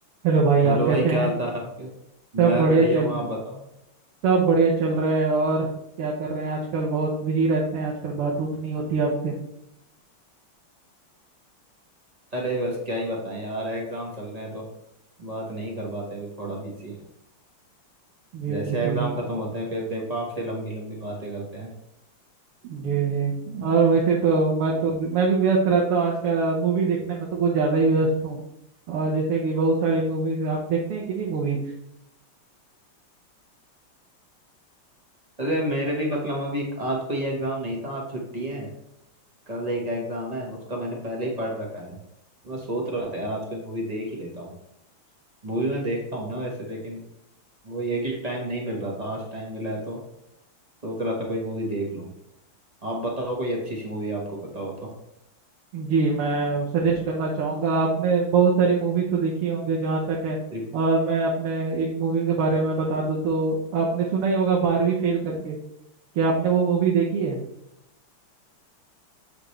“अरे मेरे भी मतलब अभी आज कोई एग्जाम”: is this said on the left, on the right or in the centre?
Right